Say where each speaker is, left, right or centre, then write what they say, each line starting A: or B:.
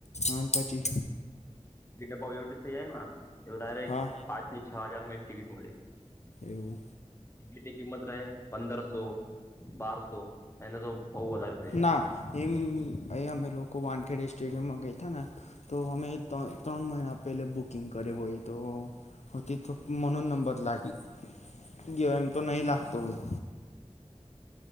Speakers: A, on the left; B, on the left.
A: અને પછી
B: ટિકિટ ભાવ એવવીી થઇ જાય એ ડાયરેક
A: હા
B: પાંચ ની છ હજાર માં એક ટિકિટ મળે ટિકિટની
A: એવું
B: કિંમત રહે પંદરસો બારસો એના તો બહુ વધારે થઈ જાય
A: ના એમ એ અમે લોકો વાનખેડ સ્ટેડિયમ માં ગયા ને તો હમે તો ત્રણ મહિના પહેલે બુકિંગ કરે હોય તોતી તો મનો જ નંબર લાગી ગયો એમ તો નહી લાગતો હોય